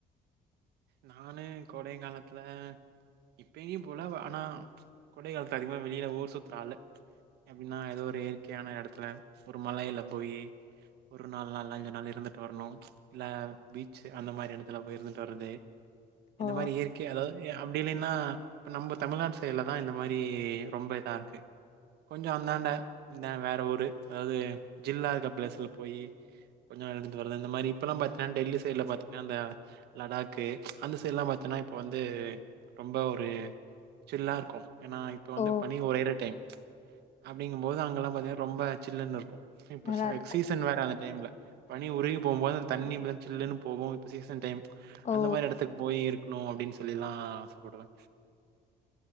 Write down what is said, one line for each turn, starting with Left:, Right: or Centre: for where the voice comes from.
Right: நானு கோடை காலத்தில இப்பதிக்கு போல ஆனா ச் கோடை காலத்துல அதிகமா வெளியில ஊர் சுத்துற ஆளு ச் எப்டின்னா ஏதோ ஒரு இயற்கையான எடத்துல ஒரு மலையில போயி ஒரு நாளு நாள் அஞ்சு நாள் இருந்துட்டு வரணு ப்ச் இல்ல பீச் அந்த மாரி எடத்துல போய் இருந்து திட்டுவரது இந்த
Left: ஓ
Right: மாரி இயற்கை அதாவது அப்டி இல்லன்னா இப்ப நம்ம தமிழ்நாட்டு சைட்ல தா இந்த மாரி ரொம்ப இதா இருக்கு கொஞ்சோ அந்தாண்ட இந்த வேற ஊர் அதாவது ஜில்லா இருக்க பிளேஸ்ல போய் கொஞ்சோ அழுந்துட்டு வருது இந்த மாரி இப்பெல்லா பாத்தீங்கன்னா டெல்லி சைடுல பாத்திங்கன்னா அந்த லடாக்கு ச் அந்த சைடலா பாத்தன்னா இப்போ வந்து ரொம்ப ஒரு சில்லா இருக்கு ஏன்னா இப்போ வந்து
Left: ஓ
Right: பணி ஒரையிற டைம் ச் அப்டிங்குபோது அங்கெல்லா பாத்திங்கனா ரொம்ப சில்லன்னு இருக்கு இப்ப
Left: நல்லா இருக்கு
Right: சீசன் வேற அந்த டைம்ல பனி உருகி போகுபோது அந்த தண்ணி இப்டி தா சில்லுன்னு போகு இப்ப சீசன் டைம் ச்
Left: ஓ
Right: அந்த மாரி எடத்துக்கு போய் இருக்குக்கும் நோ அப்டின்னு சொல்லிதா ஆசபடுவே